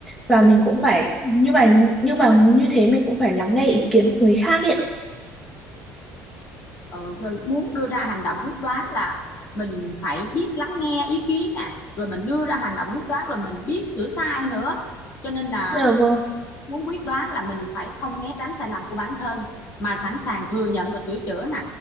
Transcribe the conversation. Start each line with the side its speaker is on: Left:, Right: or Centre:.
Centre: và mình cũng phải nhưng mà nhưng mà như thế mình cũng phải lắng nghe ý kiến của người khác ấy ạ.
Left: ừ, rồi muốn đưa ra hành động quyết đoán là mình phải biết lắng nghe ý kiến nè rồi mình đưa ra hành động quyết đoán rồi mình biết sửa sai nữa cho nên là
Centre: Dạ vâng.
Left: muốn quyết đoán là mình phải không né tránh sai lầm của bản thân mà sẵn sàng thừa nhận và sửa chữa nè